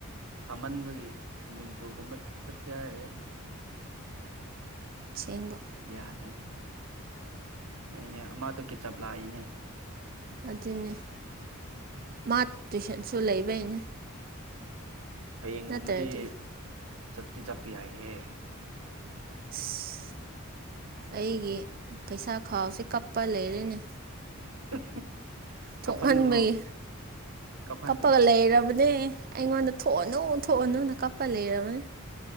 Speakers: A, on the right; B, on the right.
A: ꯁꯥꯃꯟꯕꯒꯤ ꯏꯁ꯭ꯋꯤꯝꯃꯤꯡ ꯄꯨꯜꯒꯨꯝꯕ ꯆꯠꯁꯦ ꯍꯥꯏꯔꯁꯦ
B: ꯁꯦꯡꯕ
A: ꯌꯥꯗꯦꯅꯦ ꯍꯣꯏꯅꯦ ꯑꯃꯗꯨ ꯀ ꯆꯞ ꯂꯥꯛꯏꯅꯦ
B: ꯑꯗꯨꯅꯦ ꯃꯥ ꯇꯨꯏꯁꯟꯁꯨ ꯂꯩꯕꯩꯅꯦ
A: ꯍꯌꯦꯡꯒꯨꯝꯕꯗꯤ
B: ꯅꯠꯇ꯭ꯔꯗꯤ
A: ꯆꯠꯇꯤ ꯆꯠꯄ ꯌꯥꯏꯍꯦ
B: ꯑꯁ ꯑꯩꯒꯤ ꯄꯩꯁꯥ ꯈꯥꯎꯁꯦ ꯀꯞꯄ ꯂꯩꯔꯦꯅꯦ
A: <unintelligible>
B: ꯊꯣꯛꯃꯟꯕꯒꯤ
A: ꯀꯞꯍꯟꯒꯅꯨ ꯀꯞꯍꯟꯒꯅꯨ
B: ꯀꯞꯄꯒ ꯂꯩꯔꯕꯅꯦ꯫ ꯑꯩꯉꯣꯟꯗ ꯊꯣꯛꯑꯅꯨ ꯊꯣꯛꯑꯅꯨꯅ ꯀꯞꯄ ꯂꯩꯔꯕꯅꯦ꯫